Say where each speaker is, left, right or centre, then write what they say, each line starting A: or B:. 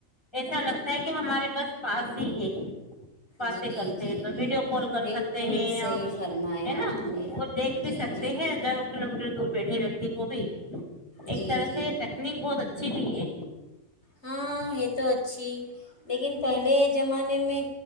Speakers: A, on the left; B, on the left.
A: ایسا لگتا ہے کہ ہمارے بس پاس ہی ہے باتیں
B: جی
A: کرتے
B: جی
A: ہیں تو ویڈیو کال کر
B: بالکل
A: سکتے ہیں
B: صحیح
A: ہم
B: فرمایا
A: ہے نا
B: آپ نے
A: وہ دیکھ بھی
B: جی
A: سکتے
B: جی
A: ہیں ہزاروں کلو میٹر دور بیٹھے ویکتی کو بھی ایک
B: جی
A: طرح
B: جی
A: سے ٹیکنیک بہت اچھی بھی ہے
B: ہاں یہ تو اچھی لیکن پہلے زمانے میں